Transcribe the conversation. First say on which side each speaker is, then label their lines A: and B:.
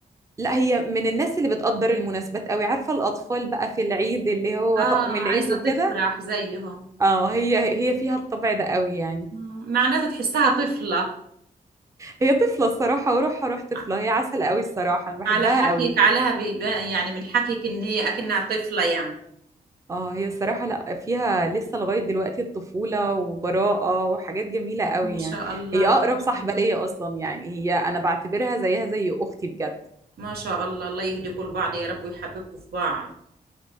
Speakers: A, on the right; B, on the right.
A: لا هي من الناس اللي بتقدر المناسبات قوي عارفة الأطفال بقى في العيد اللي هو
B: اه
A: طقم العيد
B: عايزة
A: وكده
B: تفرح زيهم
A: اه هي هي فيها الطبع ده قوي يعني
B: مم، معناتها تحسها طفلة
A: هي طفلة الصراحة وروحها روح طفلة
B: ع-
A: هي عسل قوي الصراحة أنا بحبها
B: على حكيك
A: قوي
B: عليها بيبان يعني من حكيك ان هي اكنها طفلة يعني
A: اه هي الصراحة لا فيها لسه لغاية دلوقتي الطفولة وبراءة وحاجات جميلة قوي
B: ما شاء
A: يعني
B: الله
A: هي
B: ما
A: أقرب
B: شاء
A: صاحبة
B: الله
A: ليا أصلا يعني هي أنا بعتبرها زيها زي أختي بجد
B: ما شاء الله الله يهديكوا لبعض يا رب ويحببكوا في بعض